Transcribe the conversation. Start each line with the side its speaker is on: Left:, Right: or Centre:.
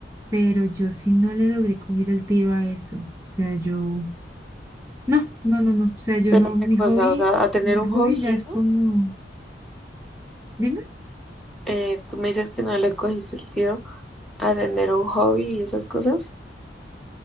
Right: pero yo sí no le logré coger el tiro a eso. O sea, yo, no, no, no, no, o sea, yo
Centre: Pero
Right: no, mi
Centre: qué cosa,
Right: hobby...
Centre: o sea, a tener
Right: Mi
Centre: un
Right: hobby
Centre: hobby y
Right: ya
Centre: eso,
Right: es como Dime,
Centre: eh, tú me dices que no le cogiste el tiro a tener un hobby y esas cosas.